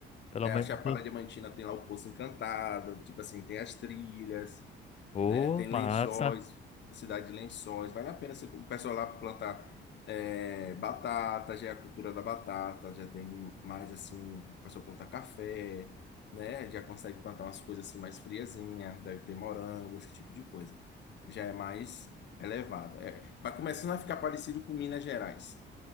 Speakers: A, on the left; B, on the left.
A: Pelo
B: É,
A: menos.
B: a Chapada
A: eu-
B: Diamantina tem lá o Poço Encantado, tipo assim, tem as trilhas,
A: Ô,
B: né? Tem Lençóis,
A: massa.
B: cidade de Lençóis. Vale a pena você- o pessoal lá plantar é, batata, já é a cultura da batata, já tem mais assim, o pessoal planta café, né? Já consegue plantar umas coisas assim mais friazinha, deve ter morango, esse tipo de coisa. Já é mais elevado. É, vai começando a ficar parecido com Minas Gerais.